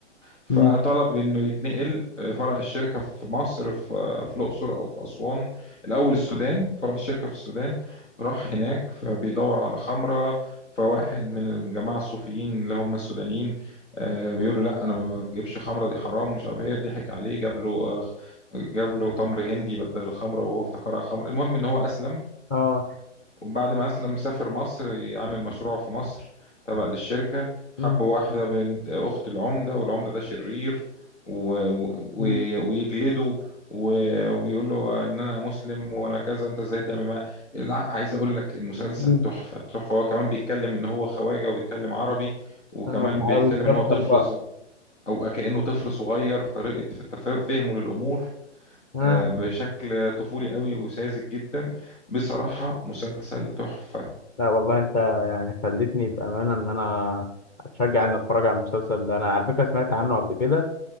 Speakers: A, on the left; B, on the left.
A: فطلب
B: أمم.
A: انه يتنقل آه، فرع الشركه في مصر في في الاقصر او في اسوان الاول السودان فرع الشركه في السودان راح هناك فبيدور على خمره فواحد من الجماعه الصوفيين اللي هم السودانيين آه، بيقولوا لا انا ما بجيبش خمره دي حرام مش عارف ايه ضحك عليه جاب له آه، جاب له تمر هندي بدل الخمره وهو افتكرها خمره المهم ان هو اسلم
B: اه
A: وبعد ما أسلم سافر مصر يعمل مشروع في مصر تبع للشركة حب
B: امم
A: واحدة بنت أخت العمدة والعمدة ده شرير و... و...
B: أمم.
A: ويجلده و... ويقول له إن أنا مسلم وأنا كذا أنت إزاي تعمل معايا الع- عايز أقول لك المسلسل
B: أمم.
A: تحفة تحفة هو كمان بيتكلم إن هو خواجة وبيتكلم عربي وكمان
B: اه العربي
A: بيتكلم
B: مكسر
A: إن هو طفل
B: بقى
A: ص- أو كأنه طفل صغير طريقة في التفا- فهمه للأمور
B: اه
A: آه، بشكل طفولي قوي وساذج جدا بصراحة مسلسل تحفة
B: لا والله أنت يعني خلتني بأمانة إن أنا أتشجع إني أتفرج على المسلسل ده أنا على فكرة سمعت عنه قبل كده